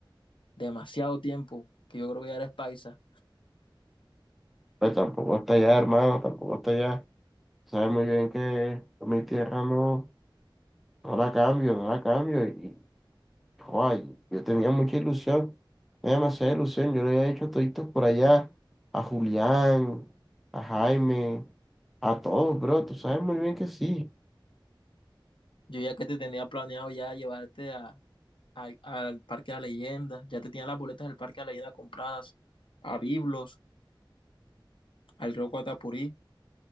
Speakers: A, on the left; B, in the centre.
A: demasiado tiempo, que yo creo que ya eres paisa.
B: Pues tampoco está allá, hermano, tampoco está allá. Sabes muy bien que mi tierra no, no la cambio, no la cambio. Y, joder, yo tenía mucha ilusión, tenía demasiada ilusión. Yo le había hecho toditos por allá a Julián, a Jaime, a todos, bro. Tú sabes muy bien que sí.
A: Yo ya que te tenía planeado ya llevarte a, a- al Parque de la Leyenda, ya te tenían las boletas del Parque de la Leyenda compradas, a Biblos, al río Atapurí.